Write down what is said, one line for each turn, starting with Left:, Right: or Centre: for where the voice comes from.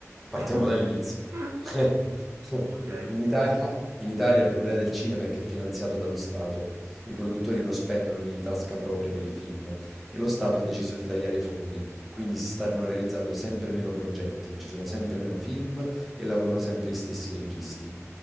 Centre: partiamo
Right: <laughs>
Centre: dall'inizio. <laughs>
Right: Ok,
Centre: In Italia, in Italia il problema del cinema è che è finanziato dallo Stato. I produttori non spendono di tasca propria per i film e lo
Right: ok,
Centre: Stato ha deciso di tagliare i fondi, quindi si stanno realizzando sempre meno progetti, ci sono sempre meno film e lavorano sempre gli stessi registi.